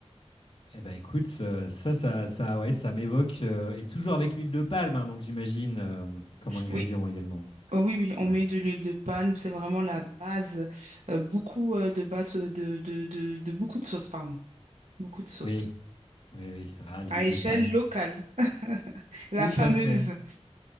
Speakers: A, on the left (about 55°); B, on the right (about 75°).
A: Eh ben écoute, ça, ça, ça, ça, ouais, ça m'évoque, euh, et toujours avec l'huile de palme, hein, donc j'imagine, euh, comme ingrédient
B: Oui,
A: également.
B: Oh oui, oui, on
A: Ouais.
B: met de l'huile de palme, c'est vraiment la base, euh, beaucoup euh, de base euh, de, de, de, de beaucoup de sauces, pardon, beaucoup de sauces,
A: Oui, oui, oui. Ah, l'huile
B: à échelle
A: de palme.
B: locale, <laughs> la
A: Tout
B: fameuse.
A: à fait.